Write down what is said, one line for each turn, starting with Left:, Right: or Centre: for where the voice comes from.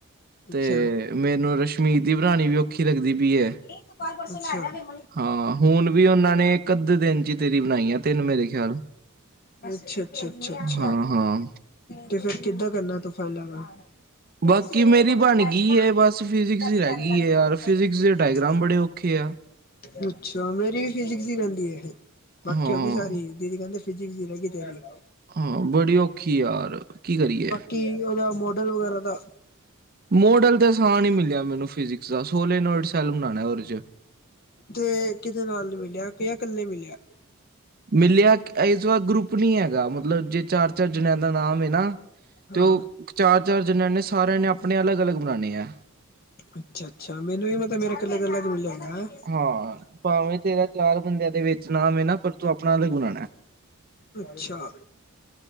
Left: ਅੱਛਾ
Right: ਤੇ ਮੈਨੂੰ ਰਸ਼ਮੀ ਦੀ ਬਨਾਣੀ ਵੀ ਔਖੀ ਲੱਗਦੀ ਪਈ ਏ
Left: ਇਹ ਕਲ ਪਰਸੋ <unintelligible> <unintelligible>
Right: ਹਾਂ ਹੁਨ ਵੀ ਉਹਨਾਂ ਨੇ ਇੱਕ ਅੱਧੇ ਦਿਨ ਤੇਰੀ ਬਨਾਇਆ ਤਿੰਨ ਮੇਰੇ ਖਿਆਲ
Left: ਅੱਛਾ ਅੱਛਾ
Right: ਹਾਂ, ਹਾਂ
Left: ਤੇ ਫੇਰ ਕਿੱਦਾਂ ਕਰਨਾ ਤੂੰ ਫਾਈਲਾਂ ਦਾ ਤੇ
Right: ਬਾਕੀ
Left: ਸਵੇਰੇ
Right: ਮੇਰੀ
Left: ਬੋਤਲ
Right: ਬਣ
Left: ਲੈ
Right: ਗਈ
Left: ਜ
Right: ਏ ਬਸ ਫਿਜਿਕਸ ਹੀ
Left: <unintelligible>
Right: ਰਹਿ ਗਈ ਏ ਯਾਰ ਫਿਜਿਕਸ ਦੇ ਡਾਇਗ੍ਰਾਮ ਬੜੇ ਔਖੇ ਆ।
Left: <unintelligible> ਅੱਛਾ ਮੇਰੀ ਵੀ ਫਿਜਿਕਸ ਦੀ ਰਹਿੰਦੀ ਏ। ਬਾਕੀ
Right: ਹਾਂ-ਹਾਂ
Left: ਹੋ ਗਈ ਸਾਰੀ ਦੀਦੀ ਕਹਿੰਦੇ ਫਿਜਿਕਸ ਦੀ ਰਹਿ ਗਈ ਤਿਆਰੀ
Right: ਹਾਂ ਬੜੀ ਔਖੀ ਯਾਰ ਕੀ ਕਰੀਏ
Left: ਕੀ ਉਹਦਾ ਮੋਡਲ ਵਗੈਰਾ ਦਾ
Right: ਮੋਡਲ ਤੇ ਆਸਾਨ ਹੀ ਮਿਲਿਆ ਮੈਨੂੰ ਫਿਜਿਕਸ ਦਾ ਸੋਲੇਨੋਇਡ ਸੈੱਲ ਬਨਾਣਾ ਉਹਦੇ ਚ
Left: ਤੇ ਕਿਦੇ ਨਾਲ ਮਿਲਿਆ ਜਾਂ ਇਕੱਲੇ ਮਿਲਿਆ।
Right: ਮਿਲਿਆ ਇਸ ਵਾਰ ਗਰੁੱਪ ਨੀ ਹੈਗਾ ਮਤਲਬ ਜੇ ਚਾਰ, ਚਾਰ ਜਣਿਆਂ ਦਾ ਨਾਮ ਏ ਨਾ
Left: ਹਾਂ
Right: ਤੇ ਉਹ ਚਾਰ, ਚਾਰ ਜਨ੍ਹਿਆ ਨੇ ਸਾਰਿਆਂ ਨੇ ਆਪਨੇ ਅਲੱਗ ਅਲੱਗ ਬਣਾਣੇ ਹੈ।
Left: ਅੱਛਾ ਅੱਛਾ ਮੈਨੂੰ ਵੀ ਮਤਲਬ ਮੇਰਾ ਇਕੱਲਾ ਇਕਲਾ ਦੁਰ ਜਾਂਦਾ ਹੈ।
Right: ਹਾਂ ਭਾਵੇਂ ਤੇਰਾ ਚਾਰ ਬੰਦਿਆਂ ਦੇ ਵਿੱਚ ਨਾਮ ਏ ਨਾ ਪਰ ਤੂੰ ਆਪਨਾ ਅਲਗ ਬਨਾਣਾ।
Left: ਅੱਛਾ